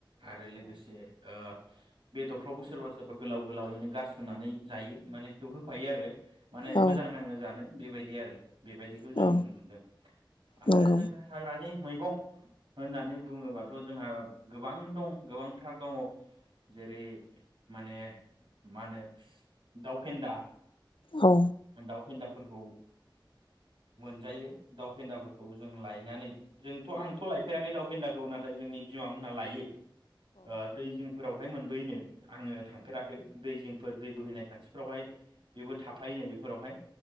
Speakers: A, on the right; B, on the left.
A: आरो लोगोसे ओ बेदरफ्रावबो सोरबा सोरबा गोलाव गोलावैनो गारसननानै जायो माने होफायो आरो। माने
B: औ
A: मोजां नाङो जानो। बेबायदि आरो। बेबायदिखौ
B: औ
A: जों नुनो मोनदों।
B: नंगौ
A: आरो जों हाग्रानि मैगं होननानै बुङोबाथ' जोंहा गोबां दं गोबांथार दङ'। जेरै माने मा होनो दावफेन्दा
B: औ
A: ओ दाउ फेन्दाफोर औ मोनजायो दाउ फेन्दाफोरखौ जों लायनानै जोंथ' आं थ' लायफेराखै दाउफेन्दाखौ नाथाय जोंनि बिमा मोनहा लायो ओ दै जिंफोराव बहाय मोनबोयोनो आङो थांफेराखै दै जिंफोर दै बोहैनाय खाथिफ्रावहाय बेबो थाफायोनो बेफोरावहाय